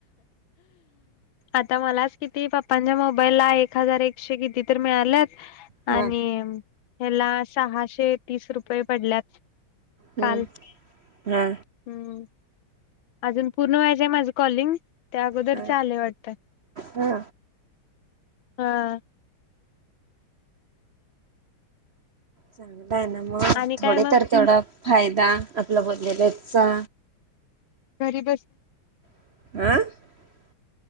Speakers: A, on the left; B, on the right.
A: आता मलाच किती? प मोबाईल ला एक हजार एक किती तर मिळाल्यात?
B: हा
A: आणि ह्याला सहाशे तीस रुपये पडल्यात. काल
B: हम्म हा
A: हम्म. अजून पूर्ण व्हायचं आहे माझं कॉलिंग त्या अगोदर
B: हा
A: आलेय वाटतात.
B: हा
A: हा.
B: चांगल. आहे ना मग
A: आणि
B: थोडे
A: काय मग
B: तर तेवढा फायदा. लबत ज ललेपसा.
A: घरी बस.
B: <unintelligible>